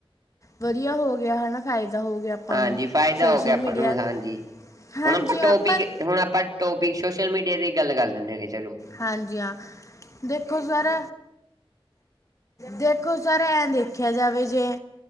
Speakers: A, on the left; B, on the right.
A: ਵਧੀਆ ਹੋ ਗਿਆ ਹਨਾ ਫ਼ਾਇਦਾ ਹੋ ਗਿਆ। ਆਪਾਂ
B: ਹਾਂਜੀ
A: ਨੂੰ
B: ਫਾਇਦਾ
A: ਸੋਸ਼ਲ
B: ਹੋ ਗਿਆ ਆਪਾਂ
A: ਮੀਡੀਆ
B: ਨੂੰ ਹਾਂਜੀ
A: ਹਾਂਜੀ
B: ਹੁਣ ਆਪਾਂ
A: ਹਾਂ
B: ਟੋਪਿਕ।
A: ਪਰ
B: ਹੁਣ ਆਪਾਂ ਟੋਪਿਕ ਸੋਸ਼ਲ ਮੀਡੀਆ ਦੀ ਗੱਲ ਕਰ ਲੈਂਦੇ ਹੈਗੇ ਚਲੋ।
A: ਹਾਂਜੀ ਹਾਂ ਦੇਖੋ ਸਰ। ਦੇਖੋ ਸਰ ਐਂ ਦੇਖਿਆ ਜਾਵੇ ਜੇ।